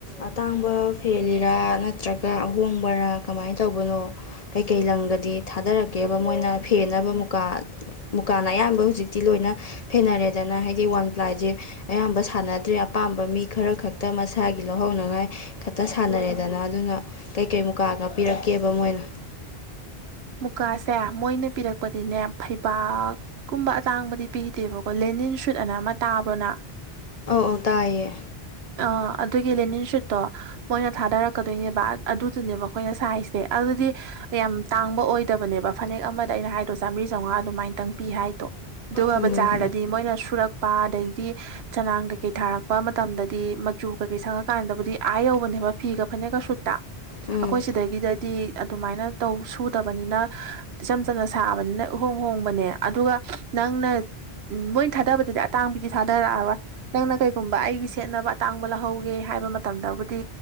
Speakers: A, on the left; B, on the right.
A: ꯑꯇꯥꯡꯕ ꯐꯦꯜꯂꯤꯔꯥ ꯅꯠꯇ꯭ꯔꯒ ꯑꯍꯣꯡꯕꯔꯥ ꯀꯃꯥꯏ ꯇꯧꯕꯅꯣ ꯀꯩꯀꯩ ꯂꯪꯒꯗꯤ ꯊꯥꯗꯔꯛꯀꯦꯕ ꯃꯣꯏꯅ ꯐꯦꯟꯅꯕ ꯃꯨꯀꯥ ꯃꯨꯀꯥꯅ ꯑꯌꯥꯝꯕ ꯍꯧꯖꯤꯛꯇꯤ ꯂꯣꯏꯅ ꯐꯦꯟꯅꯔꯦꯗꯅ ꯍꯥꯏꯗꯤ ꯋꯥꯟ ꯄ꯭ꯂꯥꯏꯖꯦ ꯑꯌꯥꯝꯕ ꯁꯥꯟꯅꯗ꯭ꯔꯦ ꯑꯄꯥꯝꯕ ꯃꯤ ꯈꯔ ꯈꯛꯇ ꯃꯁꯥꯒꯤ ꯂꯧꯍꯧꯅꯉꯥꯏ ꯈꯠꯇ ꯁꯥꯟꯅꯔꯦꯗꯅ ꯑꯗꯨꯅ ꯀꯩꯀꯩ ꯃꯨꯀꯥꯒ ꯄꯤꯔꯛꯀꯦꯕ ꯃꯣꯏꯅ
B: ꯃꯨꯀꯥꯁꯦ ꯃꯣꯏꯅ ꯄꯤꯔꯛꯄꯗꯤꯅꯦ ꯐꯩꯕꯥꯛ ꯀꯨꯝꯕ ꯑꯇꯥꯡꯕꯗꯤ ꯄꯤꯗꯦꯕꯀꯣ ꯂꯦꯅꯤꯟ ꯁꯨꯠ ꯑꯅ ꯑꯃ ꯇꯥꯕ꯭ꯔꯣ ꯅꯪ
A: ꯑꯧ ꯑꯧ ꯇꯥꯏꯌꯦ
B: ꯑ ꯑꯗꯨꯒꯤ ꯂꯦꯅꯤꯟ ꯁꯨꯠꯇꯣ ꯃꯣꯏꯅ ꯊꯥꯗꯔꯛꯀꯗꯣꯏꯅꯦꯕ ꯑꯗꯨꯗꯨꯅꯦꯕ ꯑꯩꯈꯣꯏꯅ ꯁꯥꯏꯁꯦ ꯑꯗꯨꯗꯤ ꯌꯥꯝ ꯇꯥꯡ ꯑꯣꯏꯗꯕꯅꯦꯕ ꯐꯅꯦꯛ ꯑꯃꯗ ꯑꯩꯅ ꯍꯥꯏꯗ꯭ꯔꯣ ꯆꯃ꯭ꯔꯤ ꯆꯧꯉꯥ ꯑꯗꯨꯃꯥꯏꯇꯪ ꯄꯤ ꯍꯥꯏꯗꯣ ꯑꯗꯨꯒ
A: ꯎꯝ
B: ꯕꯖꯥꯔꯗ ꯗꯤ ꯃꯣꯏꯅ ꯁꯨꯔꯛꯄ ꯑꯗꯩꯗꯤ ꯆꯅꯥꯡ ꯀꯩꯀꯩ ꯊꯥꯔꯛꯄ ꯃꯇꯝꯗꯗꯤ ꯃꯆꯨ ꯀꯩꯀꯩ ꯁꯪꯉꯀꯥꯟꯗꯕꯨꯗꯤ ꯑꯥ ꯌꯧꯕꯅꯦꯕ ꯐꯤꯒ ꯐꯅꯦꯛꯀ ꯁꯨꯠꯇ
A: ꯎꯝ
B: ꯑꯈꯣꯏ ꯁꯤꯗꯒꯤꯗꯗꯤ ꯑꯗꯨꯃꯥꯏꯅ ꯇꯧ ꯁꯨꯗꯕꯅꯤꯅ ꯏꯆꯝ ꯆꯝꯅ ꯁꯥꯕꯅꯤꯅ ꯎꯍꯣꯡ ꯍꯣꯡꯕꯅꯦ ꯑꯗꯨꯒ ꯅꯪꯅ ꯎꯝ ꯃꯣꯏ ꯊꯥꯗꯕꯗꯗꯤ ꯑꯇꯥꯡꯕꯤꯗꯤ ꯊꯥꯗꯔꯛꯑꯔꯣꯏ ꯅꯪꯅ ꯀꯩꯒꯨꯝꯕ ꯑꯩꯒꯤ ꯁꯦꯠꯅꯕ ꯑꯇꯥꯡꯕ ꯂꯧꯍꯧꯒꯦ ꯍꯥꯏꯕ ꯃꯇꯝꯗꯕꯨꯗꯤ